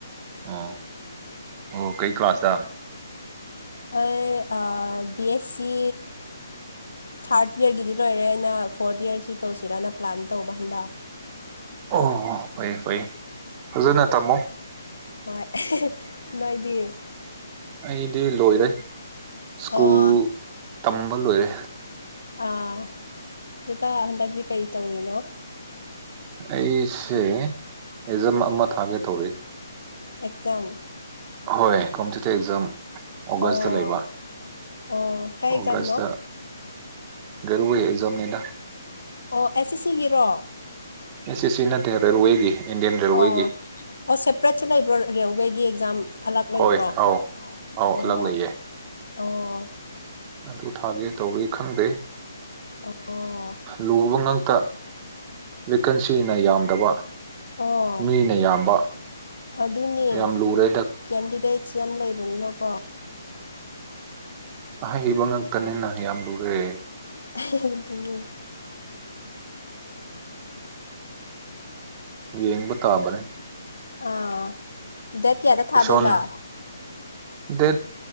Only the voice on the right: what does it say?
ꯑꯣ ꯑꯣ ꯀꯩ ꯀ ꯀ꯭ꯂꯥꯁꯗ
ꯑꯣ ꯐꯌꯦ ꯐꯌꯦ ꯐꯖꯅ ꯇꯝꯃꯣ
ꯑꯩꯗꯤ ꯂꯣꯏꯔꯦ ꯁ꯭ꯀꯨꯜ
ꯇꯝꯕ ꯂꯣꯏꯔꯦ
ꯑꯩꯁꯦ ꯑꯦꯖꯝ ꯑꯃ ꯊꯥꯒꯦ ꯇꯧꯔꯛ
ꯍꯣꯏ ꯀꯣꯇꯇ ꯑꯦꯛꯖꯥꯝ ꯑꯣꯒꯁꯇ
ꯂꯩꯕ
ꯑꯣꯒꯁꯇ
ꯔꯨꯋ ꯑꯦꯛꯖꯥꯝꯅꯤꯗ
ꯑꯦꯁ ꯑꯦ ꯁꯤ ꯅꯠꯇꯦ ꯔꯦꯜꯋꯦꯒꯤ ꯏꯟꯗꯤꯌꯥꯟ ꯔꯦꯜꯋꯦꯒꯤ
ꯍꯣꯏ ꯑꯧ ꯑꯧ
ꯑꯂꯛ ꯂꯩꯌꯦ
ꯑꯗꯨ ꯊꯥꯒꯦ ꯇꯧꯔꯤ ꯈꯪꯗꯦ
ꯂꯨꯕ ꯉꯛꯇ ꯕꯦꯀꯦꯟꯁꯤꯅ ꯌꯥꯝꯗꯕ
ꯃꯤꯅ ꯌꯥꯝꯕ
ꯌꯥꯝ ꯂꯨꯔꯦ
ꯍꯩꯕ ꯉꯇꯅꯤꯅ ꯌꯥꯝ ꯂꯨꯔꯦ
ꯌꯦꯡꯕ ꯇꯥꯕꯔꯦ
ꯏꯁꯣꯔꯅ ꯗꯦꯠ